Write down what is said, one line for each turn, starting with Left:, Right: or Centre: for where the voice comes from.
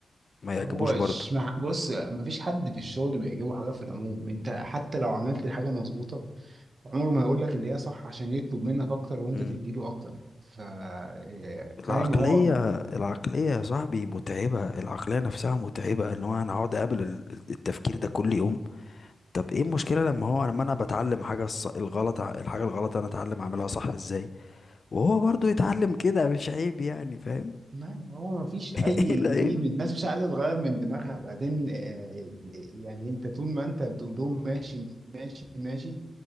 Left: ما يعجبوش
Right: هو
Left: برضه
Right: مش مع... بص مفيش حد في الشغل بيعجبه حاجه في العموم انت حتى لو عملت الحاجه مظبوطه عمره ما هيقول لك اللي هي صح عشان يطلب منك اكتر وانت
Left: مم.
Right: تديله اكتر ف إيه،
Left: العقلية
Right: فاهم هو
Left: العقلية يا صاحبي متعبة العقلية نفسها متعبة ان هو انا اقعد اقابل ال- ال- التفكير ده كل يوم طب ايه المشكلة لما هو لما انا بتعلم حاجة الص- الغلط ع- الحاجة الغلط انا اتعلم اعملها صح ازاي وهو برضو يتعلم كده مش عيب يعني فاهم
Right: ما هو مفيش
Left: <laughs>
Right: اي
Left: ايه العيب
Right: جديد من الناس مش عايزه تغير من دماغها بعدين آه، يعني انت طول ما انت بتقول لهم ماشي ماشي ماشي